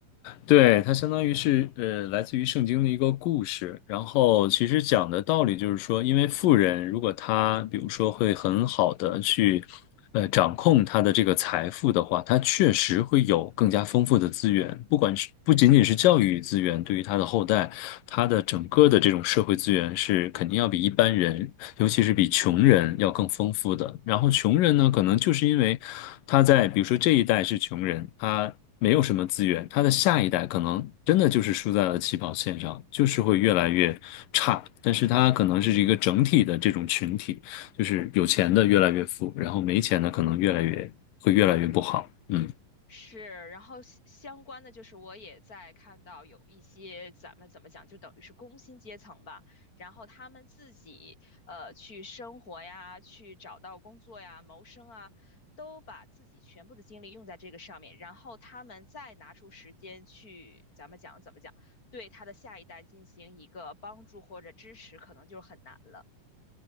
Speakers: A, on the left; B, on the left.
A: 对，它相当于是呃，来自于圣经的一个故事。然后其实讲的道理就是说，因为富人如果他比如说会很好的去呃掌控他的这个财富的话，他确实会有更加丰富的资源，不管是不仅仅是教育资源，对于他的后代，他的整个的这种社会资源是肯定要比一般人，尤其是比穷人要更丰富的。然后穷人呢，可能就是因为他在比如说这一代是穷人，他。没有什么资源，他的下一代可能真的就是输在了起跑线上，就是会越来越差。但是他可能是一个整体的这种群体，就是有钱的越来越富，然后没钱的可能越来越会越来越不好。嗯。
B: 是，然后相相关的就是我也在看到有一些咱们怎么讲，就等于是工薪阶层吧，然后他们自己呃去生活呀，去找到工作呀，谋生啊，都把自己全部的精力用在这个上面，然后他们再拿出时间去咱们讲怎么讲，对他的下一代进行一个帮助或者支持，可能就很难了。